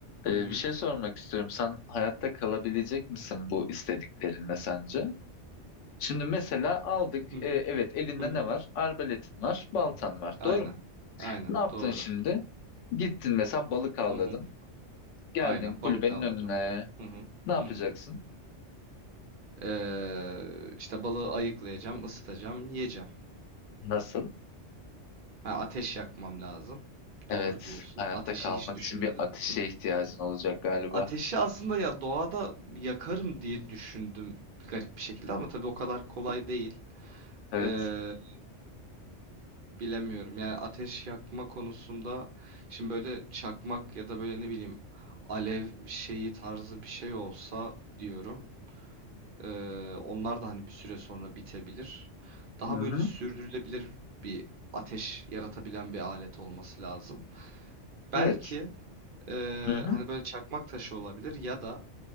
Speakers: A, on the left; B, on the right.
A: Ee,
B: hı hı
A: bir şey sormak istiyorum. Sen hayatta kalabilecek misin bu istediklerinle sence? Şimdi mesela aldık.
B: hı hı
A: Ee, evet elinde
B: hı hı
A: ne var? Arbaletin var, baltan var.
B: aynen
A: Doğru mu?
B: aynen
A: Ne yaptın
B: doğru.
A: şimdi? Gittin mesela balık avladın.
B: Hı hı
A: Geldin
B: aynen
A: kulübenin
B: balık avladım.
A: önüne.
B: Hı hı
A: Ne yapacaksın?
B: hı hı. Ee, işte balığı ayıklayacağım, ısıtacağım, yiyeceğim.
A: Nasıl?
B: Ha, ateş yakmam lazım.
A: Evet,
B: Doğru diyorsun.
A: hayatta
B: Ateşi
A: kalmak
B: hiç düşünmedim.
A: için bir ateşe ihtiyacın olacak galiba.
B: Ateşi aslında ya doğada yakarım diye düşündüm garip bir şekilde ama tabii o kadar kolay değil.
A: Evet.
B: Ee, bilemiyorum. Yani ateş yakma konusunda şimdi böyle çakmak ya da böyle ne bileyim alev şeyi tarzı bir şey olsa diyorum. Ee, onlar da hani bir süre sonra bitebilir. Daha
A: Hı-hı.
B: böyle sürdürülebilir bir ateş yaratabilen bir alet olması lazım. Belki
A: Evet.
B: e,
A: Hı-hı.
B: hani böyle çakmak taşı olabilir ya da